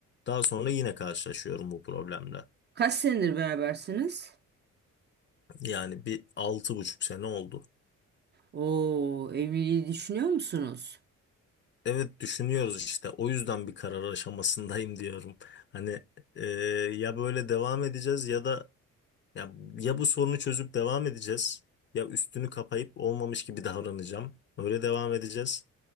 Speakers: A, on the left (about 35°); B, on the right (about 35°).
A: Daha sonra yine karşılaşıyorum bu problemle.
B: Kaç senedir berabersiniz?
A: Yani bir altı buçuk sene oldu.
B: Oo, evliliği düşünüyor musunuz?
A: Evet düşünüyoruz işte. O yüzden bir karar aşamasındayım diyorum. Hani e, ya böyle devam edeceğiz ya da Ya, ya bu sorunu çözüp devam edeceğiz. Ya üstünü kapayıp olmamış gibi davranacağım. Öyle devam edeceğiz.